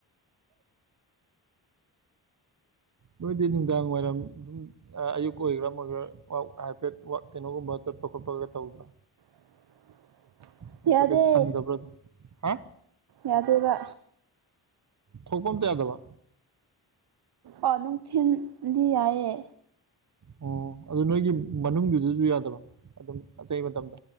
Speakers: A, on the right; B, on the right.
A: ꯅꯣꯏꯗꯤ ꯅꯨꯡꯗꯥꯡ ꯋꯥꯏꯔꯝ ꯑꯗꯨꯝ ꯑꯌꯨꯛ ꯑꯣꯏꯒ꯭ꯔ ꯑꯃꯒꯔꯥꯋ ꯍꯥꯏꯐꯦꯠ ꯀꯩꯅꯣꯒꯨꯝꯕ ꯆ ꯀꯠꯄ ꯀꯣꯄꯒ ꯇꯧꯗ꯭ꯔꯥ
B: <unintelligible>
A: ꯅꯠꯇ꯭ꯔꯒ
B: ꯌꯥꯗꯦ
A: ꯁꯪꯗꯕ꯭ꯔꯥ ꯑꯗꯨꯝ ꯍꯥ
B: ꯌꯥꯗꯦꯕ
A: ꯊꯄꯣꯟ ꯇꯌꯥꯗꯕ
B: ꯑꯣ ꯅꯨꯡꯊꯤꯤꯟꯗꯤ ꯌꯥꯏꯑꯦ
A: ꯑꯣ ꯑꯗꯨ ꯅꯣꯏꯒꯤ ꯃꯅꯨꯡꯗꯨꯗꯁꯨ ꯌꯥꯗꯕ ꯑꯗꯨꯝ ꯑꯇꯩ ꯃꯇꯝꯗ